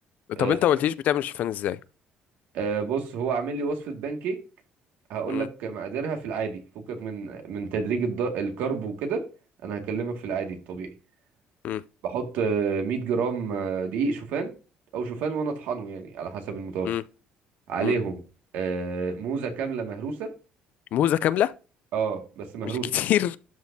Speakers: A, on the right; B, on the left.
A: آه،
B: طب أنت ما قلتليش بتعمل شوفان إزاي
A: آه، بص هو عامل لي وصفه بانكيك هقول
B: م.
A: لك مقاديرها في العادي فكك من من تدريج الض... الكرب وكده انا هكلمك في العادي الطبيعي
B: م.
A: بحط آه، 100 جرام آه، دقيق شوفان او شوفان وانا اطحنه يعني على حسب المتوفر
B: م.
A: عليهم
B: م.
A: آه، موزة كاملة مهروسة
B: موزة كاملة
A: اه بس مهروسة
B: مش كتير